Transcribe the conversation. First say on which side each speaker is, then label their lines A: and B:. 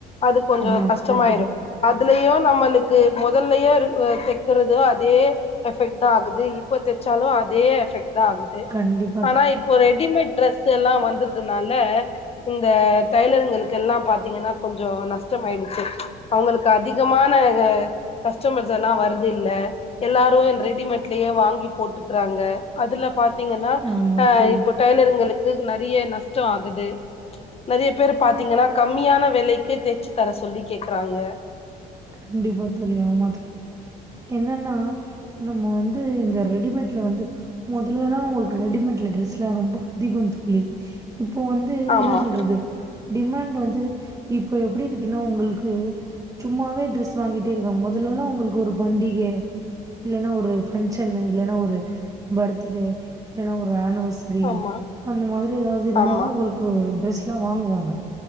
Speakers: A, on the left; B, on the right.
A: அது கொஞ்சோ
B: ஆமா
A: கஷ்டமாயிரு
B: கரெக்ட்டு தான்.
A: அதுலயு நம்மளுக்கு மொதல்லயே தக்கறது அதே எஃபெக்ட் தா ஆகுது இப்ப தச்சாலு அதே எஃபெக்ட் தா ஆகுது
B: கண்டிப்
A: ஆனா இப்போ ரெடிமேட் டிரெஸ் எல்லா வந்தர்துனால இந்த டைலருங்களுக்கெல்லா பாத்தீங்கன்னா கொஞ்சோ நஷ்டம் ஆயிடுச்சு அவுங்களுக்கு அதிகமான கஸ்டமர்ஸ் எல்லா வருது இல்ல எல்லாரு ரெடிமேட்லே வாங்கி போட்டுக்கறாங்க அதுல பாத் தீங்கன்னா
B: ஆமா
A: அ
B: தோழி.
A: இப்போ டெய்லருங்களுக்கு நெறைய நஷ்டோ ஆகுது நெறைய பேரு பாத்தீங்கன்னா கம்மியான வெலைக்கு தச்சு தர சொல்லி கேக்குறாங்க
B: கண்டிப்பா தோழி ஆமா தோழி என்னன்னா நம்ம வந்து இந்த ரெடிமேட்ல வந்து மொதலல்லா உங்களுக்கு ரெடிமேட்ல டிரெஸ் ல்லா ரொம்ப அதிகோ தோழி இப்போ வந்து
A: ஆமா
B: என்ன சொல்றது டிமாண்ட் வந்து இப்ப எப்டி இருக்குன்னா உங்களுக்கு சும்மாவே ட்ரெஸ் வாங்கிட்டே இருக்காங்க முதல்லல்லா உங்களுக்கு ஒரு பண்டிக இல்லன்னா ஒரு பங்க்ஷனு இல்லன்னா ஒரு பர்த்டே இல்லன்னா ஒரு ஆனிவர்ச சரி
A: ஆமா
B: அந்த மாதிரி எதாவது இருந்தாதா
A: ஆமா
B: உங்களுக்கு ட்ரெஸ்லா வாங்குவாங்க